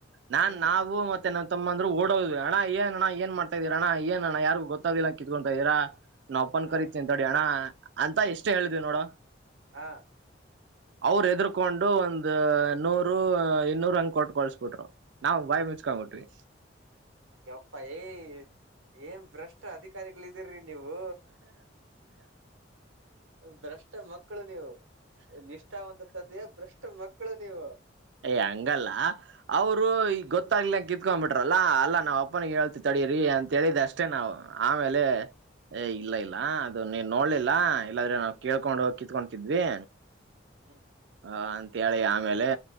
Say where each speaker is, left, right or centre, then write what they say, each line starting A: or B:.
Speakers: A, on the right; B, on the right.
A: ನಾನ್
B: ಹ್ಮ್
A: ನಾವು ಮತ್ತೆ ತಮ್ಮಂದ್ರು ಓಡೋದ್ವಿ ಅಣ ಏನ್ ಅಣ ಏನ್ ಮಾಡ್ತಾದೀರಣ್ಣ ಏನಣ್ಣ ಯಾರ್ಗೂ ಗೊತ್ತಾಗ್ಲಿಲ್ಲ ಕಿತ್ಕೊತಾ ಇದ್ದೀರಾ? ನಾಮಪ್ಪನ್
B: ಹಾ
A: ಕರಿತೀನ ತಡಿ ಅಣ ಅಂತ ಎಷ್ಟೇ ಹೇಳ್ದವಿ ನೋಡೋ.
B: ಹಾ
A: ಅವರು ಎದರ್ಕೊಂಡು ಒಂದು ನೂರು ಇನ್ನೂರು ಹಂಗ ಕೊಟ್ಕಳ್ಸ್ಬಿಟ್ರು. ನಾವು ಬಾಯಿ ಮುಚ್ಕೊಂಡ್ಬಿಟ್ವಿ.
B: ಯೊಪ್ಪ ಏ ಏನ್ ಭ್ರಷ್ಟ ಅಧಿಕಾರಿಗಳಿದ್ದೀರಿ. ನೀವು ಬ್ರಷ್ ಷ್ಟ ಮಕ್ಕಳು ನೀವು ನಿಷ್ಠಾವಂತ ತಂದೆಯ ಭ್ರಷ್ಟ ಮಕ್ಕಳು ನೀವು.
A: ಏಯ್ ಹಂಗಲ್ಲ ಅವ್ರು ಈಗ್ ಗೊತ್ತಾಗ್ಲಿ ಕಿತ್ಕೊಂಬಿಟ್ರಲ್ಲ ಅಲ್ಲ ನಾಮ್ ಅಪ್ಪನ್ ಹೇಳ್ತ ತಡೀರೀ ಅಂತ ಹೇಳಿದ್ ಅಷ್ಟೇ ನಾವು ಆಮೇಲೆ ಏ ಇಲ್ಲ ಇಲ್ಲ ಅದು ನೀನ್ ನೋಡ್ಲಿಲ್ಲ ಇಲ್ಲಾದ್ರೆ ನಾವು ಕೇಳ್ಕೊಂಡ್ಹೋಗ್ ಕಿತ್ಕೊತಿಂದ್ವಿ.
B: ಹ್ಮ್
A: ಹ ಅಂತೇಳಿ ಆಮೇಲೆ